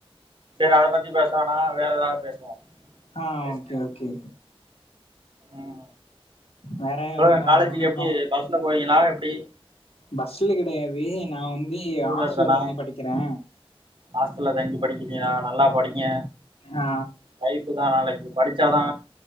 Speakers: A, on the right (about 60°); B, on the left (about 80°).
A: செரி அத பத்தி பேச வேணா வேற ஏதாவது பேசுவோ
B: ஆ
A: பேசுங்க
B: ஓகே ஓகே
A: ம்
B: வேற
A: சொல்லுங்க
B: ஆ,
A: காலேஜுக்கு எப்டி
B: ஆமா.
A: பஸ்ல போவீங்களா எப்டி
B: பஸ்ல கெடையாது நா வந்து
A: டூ வீலர்
B: ஹாஸ்டல்ல
A: தானா
B: தங்கி படிக்கிறே
A: ஹாஸ்டல்ல தங்கி படிக்கிறீங்களா நல்லா படிங்க
B: ஆ
A: லைஃப்ஃபுதா நாளைக்கி படிச்சாதா